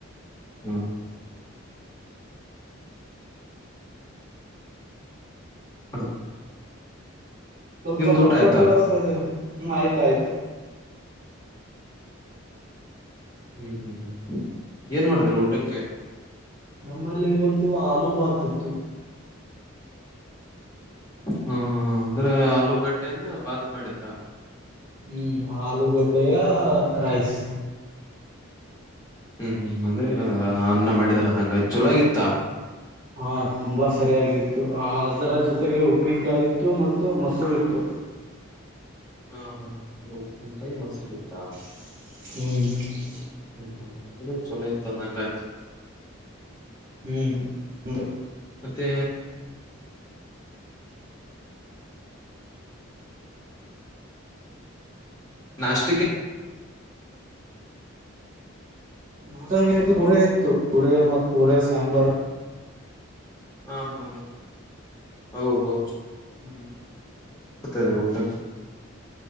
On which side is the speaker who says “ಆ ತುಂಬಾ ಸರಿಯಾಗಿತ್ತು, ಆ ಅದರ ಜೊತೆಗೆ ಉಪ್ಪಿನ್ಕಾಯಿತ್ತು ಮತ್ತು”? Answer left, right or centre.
Right